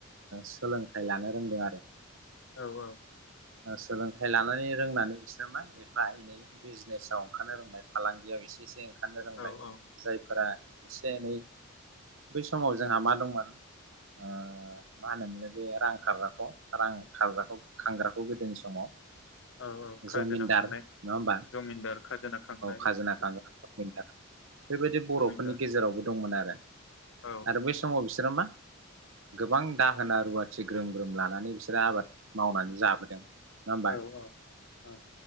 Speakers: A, on the right (about 60°); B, on the left (about 55°).
A: सोलोंथाइ लानो रोंदों आरो।
B: औ औ
A: सोलोंथाइ लानानै रोंनानै बिसोरो मा एफा एनै बिजनेसाव ओंखारनो रोंबाय फालांगियाव एसे एसे ओंखारनो रोंबाय
B: औ औ
A: जायफोरा एसे एनै बै समाव जोंहा मा दंमोन ओ मा होनोमोनल बे रां खारग्राखौ रां खारग्राखौ खांग्राखौ गोदोनि समाव
B: औ औ खाजोना
A: जमिनदार
B: खांनाय
A: नङा होमबा
B: जमिनदार खाजोना खांनाय
A: खाजोना
B: औ
A: खांग्रा जमिनदार बेबायदि बर'फोरनि
B: जमिनदार
A: गेजेरावबो दंमोन आरो
B: औ
A: आरो बै समाव बिसोरो मा गोबां दाहोना रुवाथि ग्रोम ग्रोम लानानै बिसोरो आबाद मावनानै जाबोदों नङा होमबा
B: औ औ औ।